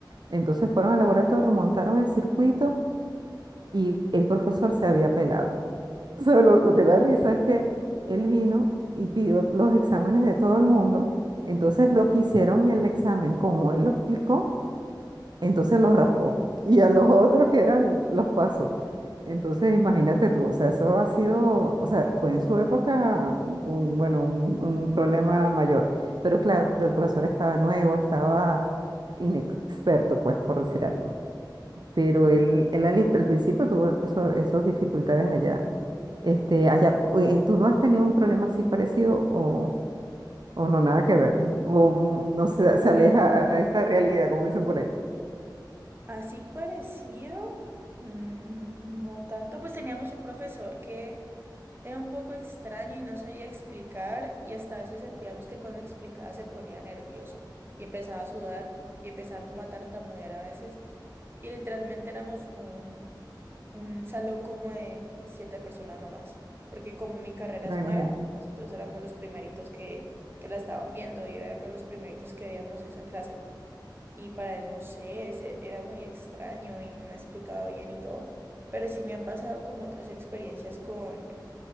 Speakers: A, on the right; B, on the right.
A: Entonces fueron al laboratorio, montaron el circuito y el profesor se había pelado. <laughs> sea, lo, lo que da risa es que él vino y pidió los exámenes de todo el mundo, entonces los que hicieron el examen como él lo explicó, entonces los raspó. Y a los otros que eran, los pasó. Entonces imagínate tú, o sea, eso ha sido, o sea, fue en su época un, bueno, un, un problema mayor. Pero claro, el profesor estaba nuevo, estaba inexperto, pues, por decir algo. Pero
B: Sí,
A: él,
B: ah,
A: él al, al principio tuvo eso- esas dificultades allá. Este, allá, eh, ¿tú no has tenido un problema así parecido o, o no, nada que
B: mm,
A: ver? O mm, no se,
B: Bueno,
A: se aleja a esta realidad, como dicen por ahí.
B: así parecido, mm, no tanto, pues teníamos un profesor que Era un poco extraño y no sabía explicar y hasta a veces sentíamos que cuando explicaba se ponía nervioso y empezaba a sudar y empezaba como a tartamudear a veces y literalmente éramos un, un salón como de siete personas nomás, porque como mi carrera
A: No,
B: es nueva,
A: imagínate.
B: nosotros éramos los primeritos que, que la estaban viendo y éramos los primeritos que veíamos esa clase. Y para él, no sé, ese- era muy extraño y no explicaba bien y todo, pero sí me han pasado como otras experiencias con